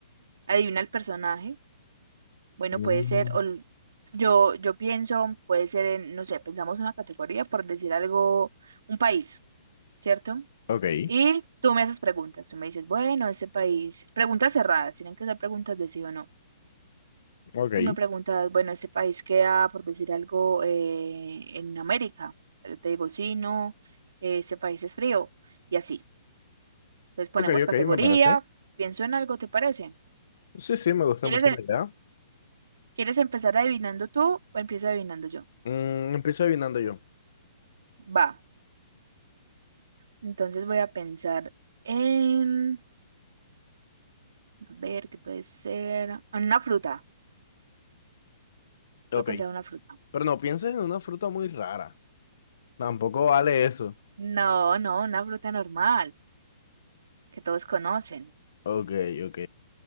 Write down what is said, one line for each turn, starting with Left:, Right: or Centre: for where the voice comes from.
Right: Adivina el personaje. Bueno,
Left: Mm,
Right: puede ser, o l- yo, yo pienso, puede ser, en, no sé, pensamos una categoría por decir algo, un país, ¿cierto?
Left: Ok,
Right: Y tú me haces preguntas, tú me dices, bueno, ese país, preguntas cerradas, tienen que ser preguntas de sí o no.
Left: ok,
Right: Tú me preguntas, bueno, ese país queda, por decir algo, eh, en América. Yo te digo, sí, no, ese país es frío y así. Entonces ponemos
Left: ok, ok,
Right: categoría,
Left: me parece.
Right: pienso en algo, ¿te parece?
Left: Sí, sí, me gusta
Right: ¿Quieres,
Left: mucho
Right: em-
Left: la idea.
Right: quieres empezar adivinando tú o empiezo adivinando yo?
Left: Mm, empiezo adivinando yo.
Right: Va, entonces voy a pensar en, a ver, ¿qué puede ser? En una fruta.
Left: Ok,
Right: Voy a pensar en una fruta.
Left: pero no pienses en una fruta muy rara. Tampoco vale eso.
Right: No, no, una fruta normal, que todos conocen.
Left: Ok, ok.